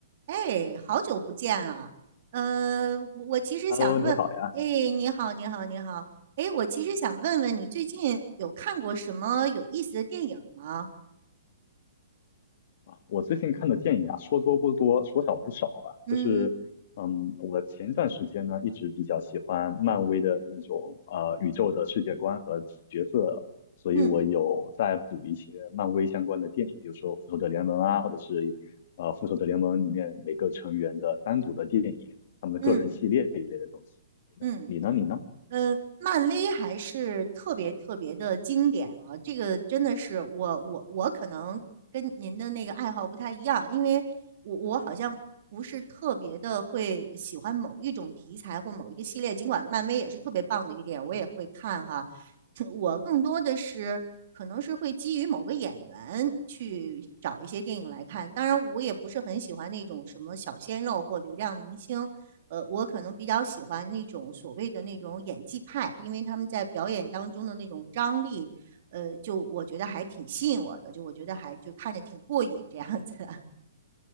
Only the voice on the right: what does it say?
哎，好久不见啊！呃，我我其实想问，
哎，你好，你好，你好，哎，我其实想问问你最近有看过什么有意思的电影吗？
嗯
嗯
嗯嗯。
呃，漫威还是特别特别的经典啊！这个真的是我我我可能跟您的那个爱好不太一样，因为我我好像不是特别的会喜欢某一种题材或某一个系列，尽管漫威也是特别棒的一个电影，我也会看哈。<tsk> 我更多的是可能是会基于某个演员去找一些电影来看，当然我也不是很喜欢那种什么小鲜肉或流量明星。呃，我可能比较喜欢那种所谓的那种演技派，因为他们在表演当中的那种张力，呃，就我觉得还挺吸引我的，就我觉得还就看着挺过瘾这样子啊。